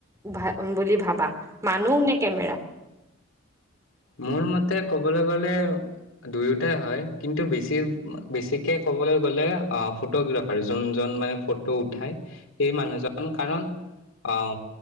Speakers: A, on the right; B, on the left.
A: ভ বুলি ভাবা মানুহ নে কেমেৰা?
B: মোৰ মতে ক'বলে গ'লে দুয়োটাই হয়, কিন্তু বেছি বেছিকে ক'বলৈ গ'লে অঁ ফটোগ্ৰাফাৰ যোনজন মানে ফটো উঠাই সেই মানুহজন, কাৰণ অ